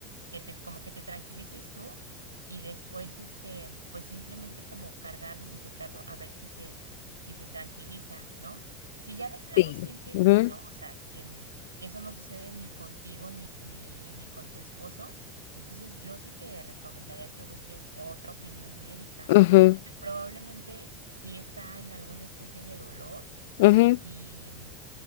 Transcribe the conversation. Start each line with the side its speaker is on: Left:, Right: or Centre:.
Right: que te, como que te tranquilices tú y después este, pues simplemente como cargarlo y sujetarlo a ver si se, si se tranquiliza, ¿no? Si ya de plano
Left: sí,
Right: sientes
Left: ujú,
Right: que no, o sea, que, n- que eso no sucede ni contigo ni, ni, ni con tu esposo, entonces yo sí te recomendaría que busques otra opinión médica,
Left: ujú,
Right: porque probablemente sí está en alguna especie de dolor
Left: ujú,
Right: y,